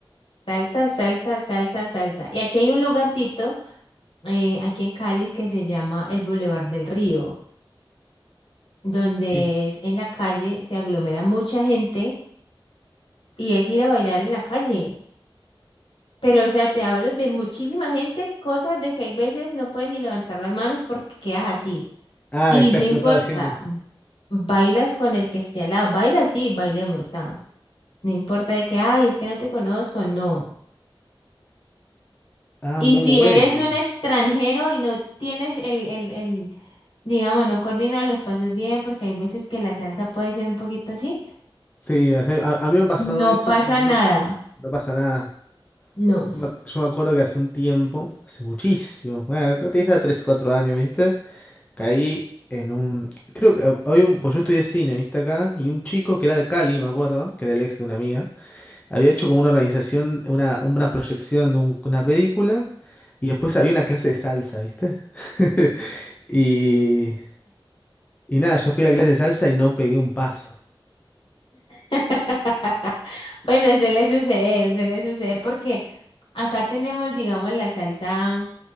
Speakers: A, on the left (about 70°); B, on the left (about 15°).
A: Salsa, salsa, salsa, salsa. Y aquí hay un lugarcito, eh, aquí en Cali, que se llama el Boulevard del Río, donde
B: Sí.
A: es en la calle, se aglomera mucha gente y es ir a bailar en la calle. Pero, o sea, te hablo de muchísima gente, cosas de que hay veces no pueden ni levantar las manos porque quedas así.
B: Ah,
A: Y
B: está
A: no
B: explotado
A: importa,
B: de gente.
A: bailas con el que esté al lado. Baila, sí, bailemos, está. No importa de que, ay, es que no te conozco, no.
B: Ah,
A: Y
B: muy
A: si
B: bueno.
A: eres un extranjero y no tienes el, el, el, digamos, no coordinas los pasos bien, porque hay veces que la salsa puede ser un poquito así,
B: Sí, o sea, a, a mí me ha pasado
A: no
B: eso,
A: pasa
B: yo me acuerdo
A: nada.
B: que no pasa nada.
A: No.
B: Yo me, yo me acuerdo que hace un tiempo, hace muchísimo, bueno, te dije 3 o 4 años, ¿viste? Caí en un. Creo que había un. Pues yo estudié cine, ¿viste acá? Y un chico que era de Cali, me acuerdo, que era el ex de una amiga, había hecho como una organización, una, una proyección de un- una película, y después había una clase de salsa, ¿viste? <laughs> Y. Y nada, yo fui a la clase de salsa y no pegué un paso.
A: <laughs> Bueno, suele suceder, suele suceder porque acá tenemos, digamos, la salsa